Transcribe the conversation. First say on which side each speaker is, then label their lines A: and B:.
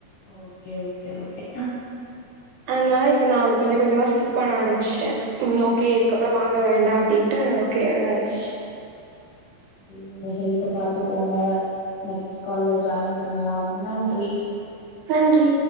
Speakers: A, on the left; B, on the right.
A: ஓகே ஓகே ஓகே
B: அதனால இப்ப நான் கொஞ்சம் கொஞ்சமா ஸ்கிப் பண்ண ஆரம்பிச்சுட்டேன் ம் ஓகே இதுக்க அப்புறம் வாங்க வேண்டாம் அப்படின்ட்டு கேத ஆயிடுச்சு
A: உங்க ஹெல்த பாத்துக்கோங்க நெக்ஸ்ட் காால்ல ஜாயின் பண்ணலாம் நன்றி
B: நன்றி